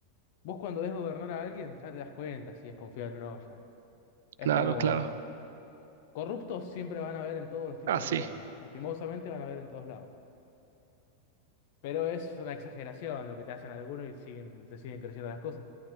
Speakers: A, on the left (about 50°); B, on the right (about 60°).
A: vos cuando ves gobernar a alguien ya te das cuenta si es confiable o no ya. Es
B: Claro,
A: como,
B: claro.
A: corruptos siempre van a haber en todos los tipos
B: Ah, sí.
A: de gobierno, lastimosamente van a haber en todos lados. Pero es una exageración lo que te hacen algunos y siguen, se siguen creciendo las cosas.